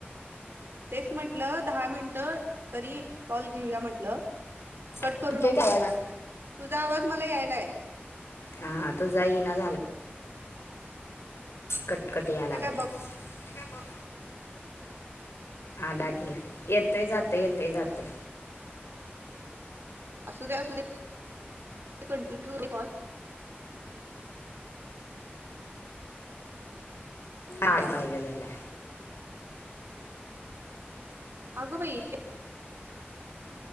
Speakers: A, on the right (about 65°); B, on the left (about 80°).
A: तेच म्हटलं दहा मिनि तर तरी कॉल घेऊया म्हटलं कट
B: येतोय
A: करू नकोस
B: का आवाज
A: तुझा आवाज मला यायलाय
B: हां तुझा येईना कट कट यायलागला
A: ते काय बघ
B: आहे ते बघ आलागी येतय जात येतय जात ये
A: असू द्या असू दे कंटिन्यूॉल युअर कॉल
B: आळ पाहिजला?
A: अग बाई